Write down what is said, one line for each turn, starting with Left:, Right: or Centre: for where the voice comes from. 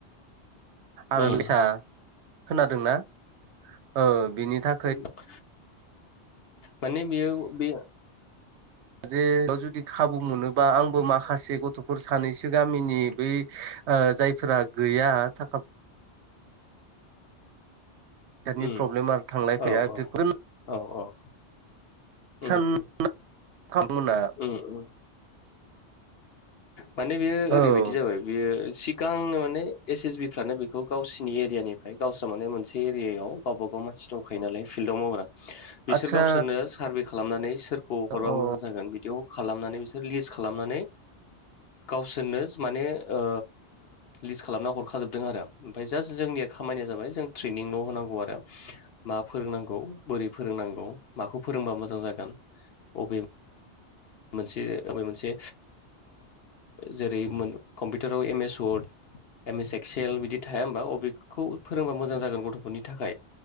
Right: आरलसा
Left: उम
Right: खोनादोंनाा औ बिनि था
Left: <inaudible> माने बेयो बे
Right: जे जुदि खाबु मोनोबा आंबो माखासे गथ'फोर सानैसो गामिनि बै जायफोरा गैया थाखा दानि
Left: उम
Right: प्रब्लेमा थांलाय फैया
Left: औ औ
Right: जोबगोन।
Left: औ औ। उम
Right: सानाव
Left: उम
Right: खामाय मावना <unintelligible>
Left: उम उम। माने बेयो ओरैबाय
Right: औ
Left: बिदि जाबाय बियो सिगांनो माने एस एस बि फानो बेखौ गावसिनि एरियानिफ्राय गावस्रा माने मोनसे एरियायाव गावबाागाव मानसि दंखायो नालाय फिल्डआव मावग्रा बिसोर
Right: आतसा
Left: गावसोरनो सारभे खालामनानै सोरखौ
Right: अ
Left: हरबा मोजां जागोन बिदिआव खालामनानै बिसोर लिस्ट खालामनानै गावसोरनो माने ओ लिस्ट खालामना हरखाजोबदों आरो ओमफफ्राय जास्ट जोंनिया खामानिया जाबाय जों ट्रेनिंल' होनांगौ आरो। मा फोरोंनांगौ बोरै फोरोंनांगौ माखौ फोरोंबा मोजां जागोन अबे मोनसे मोनसे जेरै कम्पिउटाराव M S Word M S Excel बिदि थाया होमबा अबेखौ फोरोंबा मोजां जागोन गथ'फोरनि थाखाय